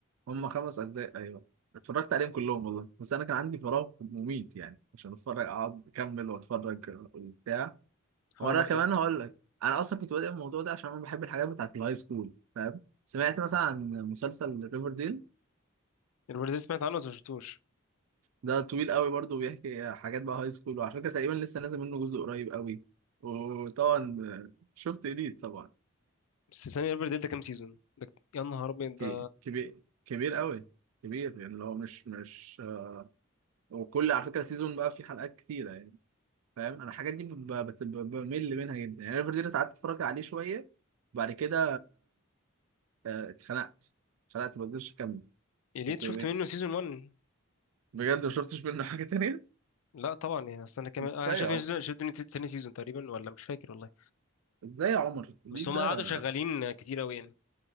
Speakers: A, on the right; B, on the left.
A: هم خمس أجزاء أيوه اتفرجت عليهم كلهم والله بس أنا كان عندي فراغ مميت يعني عشان أتفرج أقعد أكمل وأتفرج وبتاع
B: حرام
A: وانا
B: عليك
A: كمان هقول لك انا اصلا كنت بادئ الموضوع ده عشان انا بحب الحاجات بتاعت الهاي سكول فاهم سمعت مثلا عن مسلسل ريفر ديل
B: الريفرديل سمعت عنه بس ما شفتوش
A: ده طويل قوي برضه بيحكي حاجات بقى هاي سكول وعلى فكره تقريبا لسه نازل منه جزء قريب قوي وطبعا شفت إليت طبعا
B: بس ثانية الريفرديل ده كام سيزون ده يا نهار ابيض ده
A: ك- كبير كبير قوي كبير يعني اللي هو مش مش وكل على فكره سيزون بقى فيه حلقات كتيره يعني فاهم انا الحاجات دي ب- ب- بمل منها جدا يعني ريفر ديل قعدت اتفرج عليه شويه بعد كده آه، اتخنقت اتخنقت ما قدرتش اكمل
B: إليت
A: كنت
B: شفت منه سيزون 1
A: بجد ما شفتش منه حاجة تانية؟
B: لا طبعا يعني استنى كمان
A: ازاي
B: انا شفت
A: يا عمر؟
B: شفت من تاني سيزون تقريبا ولا مش فاكر والله
A: ازاي يا عمر؟ الجديد
B: بس هم
A: ده
B: قعدوا شغالين كتير قوي يعني